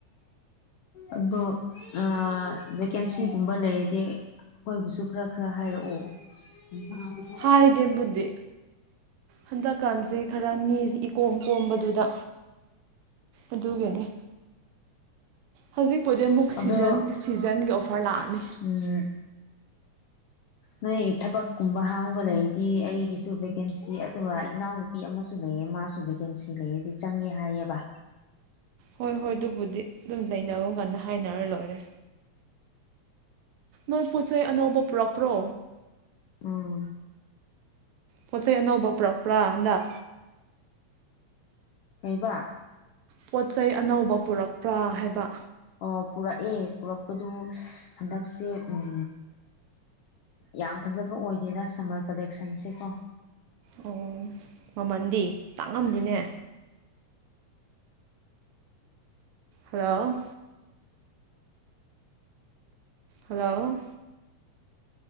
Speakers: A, on the left; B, on the right.
A: ꯑꯗꯣ ꯑꯥ ꯚꯦꯀꯦꯟꯁꯤꯒꯨꯝꯕ ꯂꯩꯔꯗꯤ꯫ ꯑꯩꯈꯣꯏꯕꯨꯁꯨ ꯈꯔ ꯈꯔ ꯍꯥꯏꯔꯛꯑꯣ꯫ <inaudible>
B: ꯍꯥꯏꯒꯦꯕꯨꯗꯤ꯫ ꯍꯟꯗꯛꯀꯥꯟꯁꯦ ꯈꯔ ꯃꯤꯁꯦ ꯏꯀꯣꯝ ꯀꯣꯝꯕꯗꯨꯗ꯫ ꯑꯗꯨꯒꯅꯦ꯫ ꯍꯧꯖꯤꯛꯄꯨꯗꯤ ꯑꯃꯨꯛ ꯁꯤꯖꯟ
A: ꯑꯗꯣ
B: ꯁꯤꯖꯟꯒꯤ ꯑꯣꯐꯔ ꯂꯥꯛꯑꯅꯤ꯫
A: ꯎꯝ ꯅꯣꯏ ꯊꯕꯛꯀꯨꯝꯕ ꯍꯥꯡꯕ ꯂꯩ ꯗꯤ ꯑꯩꯒꯤꯁꯨ ꯚꯦꯀꯦꯟꯁꯤ ꯑꯗꯨꯒ ꯏꯅꯥꯎꯅꯨꯄꯤ ꯑꯃꯁꯨ ꯂꯩꯌꯦ ꯃꯥꯁꯨ ꯚꯦꯀꯦꯟꯁꯤ ꯂꯩꯌꯦꯗꯤ ꯆꯪꯉꯦ ꯍꯥꯏꯌꯦꯕ꯫
B: ꯍꯣꯏ ꯍꯣꯏ ꯑꯗꯨꯕꯨꯗꯤ ꯑꯗꯨꯝ ꯂꯩꯅꯕ ꯀꯥꯟꯗ ꯍꯥꯏꯅꯔ ꯂꯣꯏꯔꯦ꯫ ꯅꯣꯏ ꯄꯣꯠꯆꯩ ꯑꯅꯧꯕ ꯄꯨꯔꯛꯄ꯭ꯔꯣ꯫
A: ꯎꯝ
B: ꯄꯣꯠꯆ ꯆꯩ ꯑꯅꯧꯕ ꯄꯨꯔꯛꯄ꯭ꯔꯥ ꯍꯟꯗꯛ꯫
A: ꯀꯩꯕꯥ꯫
B: ꯄꯣꯠꯆꯩ ꯑꯅꯧꯕ ꯄꯨꯔꯛꯄ꯭ꯔꯥ ꯍꯥꯏꯕ꯫
A: ꯑꯣ ꯄꯨꯔꯛꯑꯦ ꯄꯨꯔꯛꯄꯗꯨ ꯍꯟꯗꯛꯁꯦ ꯎꯝ ꯌꯥꯝ ꯐꯖꯕ ꯑꯣꯏꯗꯦꯗ ꯁꯝꯃꯔ ꯀꯂꯦꯛꯁꯟꯁꯦ ꯀꯣ꯫
B: ꯑꯣ ꯃꯃꯟꯗꯤ ꯇꯥꯛꯉꯝꯅꯤꯅꯦ꯫ ꯍꯜꯂꯣ꯫ ꯍꯜꯂꯣ